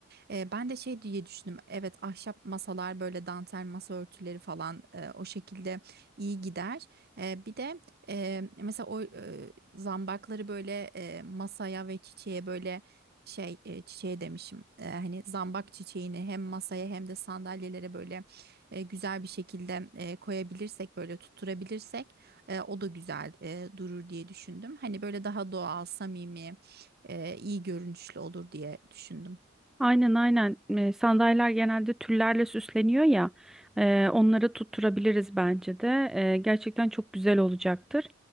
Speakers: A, on the right; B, in the centre.
A: E, ben de şey diye düşündüm. Evet ahşap masalar böyle dantel masa örtüleri falan e, o şekilde iyi gider. E, bir de e, mesela o e, zambakları böyle e, masaya ve çiçeğe böyle şey e, çiçeğe demişim. E, hani zambak çiçeğini hem masaya hem de sandalyelere böyle e, güzel bir şekilde e, koyabilirsek böyle tutturabilirsek. E, o da güzel e, durur diye düşündüm. Hani böyle daha doğal, samimi, e, iyi görünüşlü olur diye düşündüm.
B: Aynen aynen E, sandalyeler genelde tüllerle süsleniyor ya e, onları tutturabiliriz bence de E, gerçekten çok güzel olacaktır.